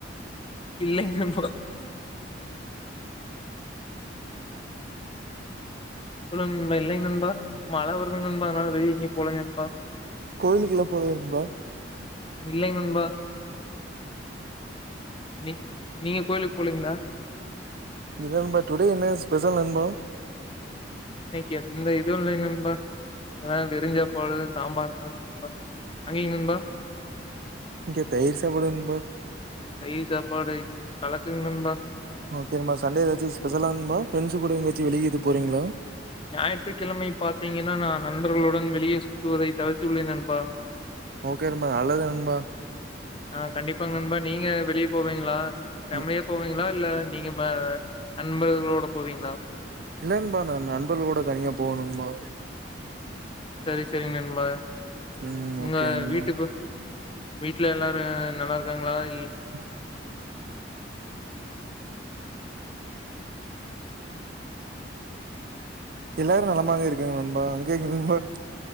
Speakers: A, on the left; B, on the right.
A: இல்லைங் நண்பா சொல்லுங் நண்பா இல்லைங் நண்பா மழ வருதுங் நண்பா அதுனால வெளுய எங்கியு போல நண்பா
B: கோயிலுக்குலா போலயா நண்பா
A: இல்லைங் நண்பா நீ நீங்க கோயிலுக் போலீங்ளா
B: இல்ல நண்பா டுடே என்ன ஸ்பெசல் நண்பா
A: இன்னக்கி எந்த இதுவு இல்லைங் நண்பா அதா வெருஞ் சாப்பாடு சாம்பார்தா அங்கய்ங் நண்பா
B: இங்க தயிர் சாப்பாடு நண்பா
A: தயிர் சாப்பாடு கலக்குங் நண்பா
B: ஓகேண்பா சண்டே ஏதாச்சு ஸ்பெஷலா நண்பா ஃப்ரெண்ட்ஸு கூட எங்கயாச்சி வெளிய எதும் போறீங்களா
A: ஞாயிற்றுக்கிழமை பாத்தீங்கன்னா நா நண்பர்களுடன் வெளியே சுத்துவதை தவிர்த்துள்ளேன் நண்பா
B: ஓகே நண்பா நல்லது நண்பா
A: ஆ கண்டிப்பா நண்பா நீங்க வெளிய போவீங்களா ஃபேமிலியா
B: ம்
A: போவீ ங்ளா இல்ல நீங்க நண்பர்களோட போவீங்ளா
B: இல்லண்பா நா நண்பர்களோட தனியா போணும்பா
A: சேரி சேரிங் நண்பா
B: ம்
A: எங்க
B: ஓகே நண்பா
A: வீட்டுக்கு வீட்ல எல்லாரு நல்லா இருக்காங்களா இல்
B: ஆ எல்லாரு நலமாக இருக்காங்க நண்பா அங்க நண்பா